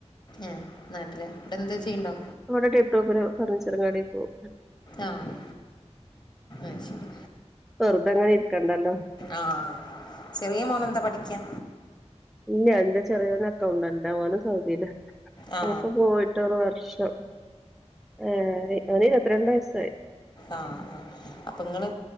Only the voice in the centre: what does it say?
ഇവിടെ ടെൺ ടോപ്പില് ഫർണിച്ചർ കടീ പോകും
വെറുതങ്ങനെരിക്കണ്ടല്ലോ
ഇല്ല എന്റെ ചെറിയൊനക്കൗണ്ടന്റാ ഓന് സൗദ്യല
ഓന്പ്പ പോയി മറ്റോറ് വർഷം ഏ ഓന് ഇരുപത്തിരണ്ട് വയസ്സായി